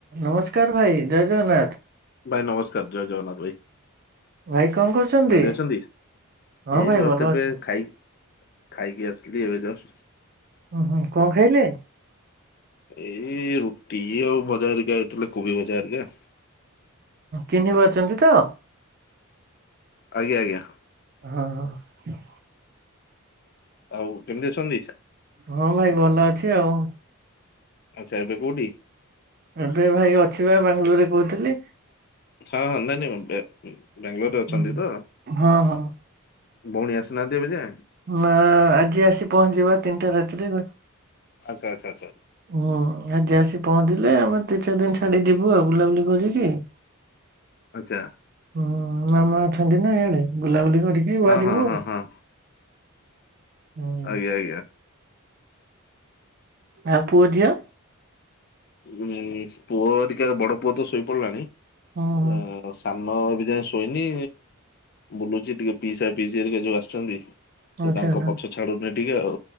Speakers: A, on the right; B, on the left.
A: ନମସ୍କାର ଭାଇ ଜୟ ଜଗନ୍ନାଥ।
B: ଭାଇ ନମସ୍କାର ଜୟ ଜଗନ୍ନାଥ। ଭ
A: ଭାଇ କଣ କରୁଛନ୍ତି?
B: କେମିତି ଅଛନ୍ତି
A: ହଁ
B: ଏଇ
A: ଭାଇ
B: ଜଷ୍ଟ
A: ଭଲ
B: ଏବେ
A: ଅଛି।
B: ଖାଇ ଖାଇକି ଆସିଲି ଏବେ ଯଷ୍ଟ।
A: ଓୁଁ ହୁଁ କଣ ଖାଇଲେ?
B: ଏଇ ରୁଟି ଆଉ ଭଜାଘରିକା ହେଇଥିଲା କୋବି ଭଜା ଘରିକା।
A: ଚିହ୍ନିପାରୁଛନ୍ତି ତ?
B: ଆଜ୍ଞା ଆଜ୍ଞା।
A: ହଁ ହଁ।
B: ଆଉ କେମିତି ଅଛନ୍ତି?
A: ହଁ ଭାଇ ଭଲ ଅଛି ଆଉ।
B: ଆଚ୍ଛା ଏବେ କୋଉଠି?
A: ଏବେ ଭାଇ ଅଛି ବା ବାଙ୍ଗାଲୋର ରେ କହୁଥିଲି।
B: ହଁ ହଁ ନାଇଁ ନାଇଁ ବାଙ୍ଗାଲୋରରେ ଅଛନ୍ତି
A: ହୁଁ।
B: ତ?
A: ହଁ ହଁ
B: ଭଉଣୀ ଆସିନାହାନ୍ତି ଏବେ ଯା?
A: ନା ଆଜି ଆସି ପହଞ୍ଚିବା ତିନିଟା ରାତିରେ।
B: ଆଚ୍ଛା ଆଚ୍ଛା ଆଚ୍ଛା।
A: ହୁଁ ଆଜି ଆସି ପହଞ୍ଚିଲେ ଆମେ ତିନି ଚାରି ଦିନ ଛାଡି ଯିବୁ ଆଉ ବୁଲାବୁଲି କରିକି <inaudible>
B: ଆଚ୍ଛା।
A: ହୁଁ ମାମା ଅଛନ୍ତି ନା ଇଆଡେ ବୁଲାବୁଲି କରିକି। ବାହାରିବୁ
B: ହଁ ହଁ ହଁ ହଁ।
A: ହଁ।
B: ଆଜ୍ଞା ଆଜ୍ଞା।
A: ଆଉ ପୁଅ ଝିଅ?
B: ଉଁ ପୁଅ ଟିକା ବଡ ପୁଅ ତ ଶୋଇପଡିଲାଣି
A: ହୁଁ ହୁଁ,
B: ଅ ସା ଏବେ ଯାଏ ଶୋଇନି ବୁଲୁଛି ଟିକେ ପିସା ପିିସି ହରିକାଯୋଉ ଆସଛନ୍ତି। ସେ
A: ଆଚ୍ଛା
B: ତାଙ୍କ
A: ଆଚ୍ଛା।
B: ପଛ ଛାଡୁନି ଟିକେ ଆଉ